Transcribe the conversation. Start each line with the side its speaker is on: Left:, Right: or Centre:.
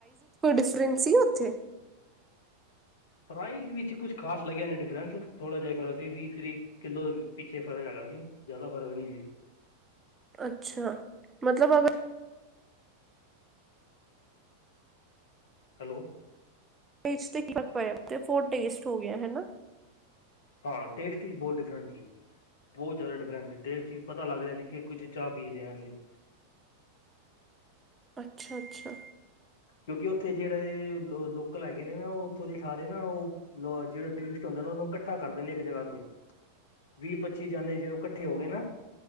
Right: ਸਰਿੰਜ ਸੀ ਉਥੇ?
Left: ਪ੍ਰਾਈਜ਼ ਵਿੱਚ ਕੁਛ ਖਾਸ ਲੱਗਿਆ ਨੇ ਡਿਫਰੈਂਸ, ਥੋੜਾ ਜੇਆ ਈ ਫਰਕ ਏ, ਵੀਹ-ਤਰੀਹ। ਕਿੱਲੋ ਪਿੱਛੇ ਫ਼ਰਕ ਹੈਗਾ ਸੀ, ਜਾਦਾ ਫਰਕ ਨਈ ਸੀ।
Right: ਅੱਛਾ, ਮਤਲਬ ਅਗਰ
Left: ਹੈਲੋ!
Right: ਪੇਜ 'ਤੇ ਕੀ ਪਾ ਪਾਇਆ ਤੇ ਫੋਰ ਟੇਸਟ ਹੋ ਗਿਐ, ਹੈਨਾ?
Left: ਹਾਂ, ਟੇਸਟ ਈ ਬਹੁਤ ਡਿਫਰੈਂਟ ਸੀ। ਬੋਤ ਜਾਦਾ ਡਿਫਰੈਂਟ ਟੇਸਟ ਸੀ, ਪਤਾ ਲੱਗ ਰੇਆ ਸੀ ਕੇ ਕੁੱਝ ਚਾਅ ਪੀ ਰੇ ਆ ਅਸੀਂ।
Right: ਅੱਛਾ-ਅੱਛਾ।
Left: ਕਿਉਂਕਿ ਉੱਥੇ ਜੇੜੇ ਲੋ ਲੋਕਲ ਹੈਗੇ ਨੇ ਨਾ, ਉਹ ਉੱਥੋਂ ਦੀ ਸਾਰੇ ਨਾ ਓ ਲਓ, ਜੇਹੜੇ ਟੂਰਿਸਟ ਹੁੰਦੇ ਨੇ, ਉਨੂੰ ਕੱਠਾ ਕਰਦੇ ਨੇ ਇੱਕ ਜਗ੍ਹਾ 'ਤੇ। ਵੀਹ- ਪੱਚੀ ਜਾਨੇ ਜੋ ਕੱਠੇ ਹੋ ਗਏ ਨਾ